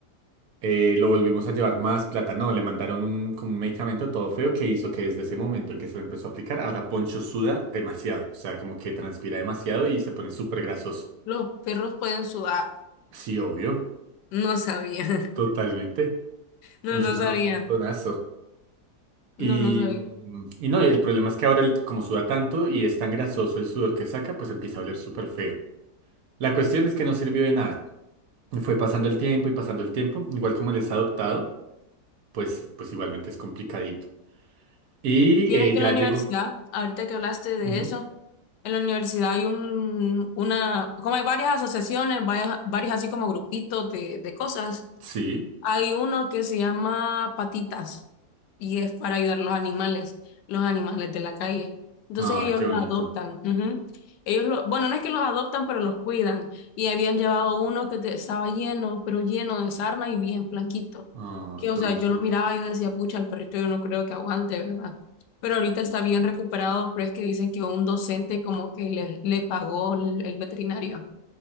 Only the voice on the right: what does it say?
Eh, lo volvimos a llevar más plata. No, le mandaron un, como un medicamento todo feo que hizo que desde ese momento en que se lo empezó a aplicar, ahora Poncho suda demasiado. O sea, como que transpira demasiado y se pone súper grasoso.
Sí, obvio,
totalmente.
Poncho
suda
un montonazo. Y,
mm, y no, y el problema es que ahora, el- como suda tanto y es tan grasoso el sudor que saca, pues empieza a oler súper feo. La cuestión es que no sirvió de nada. Y Fue pasando el tiempo y pasando el tiempo. Igual como él es adoptado, pues, pues igualmente es complicadito. Y
eh,
ya
llegó.
Ujú.
Sí.
Ay,
qué
bonito.
Ay,
pobrecito.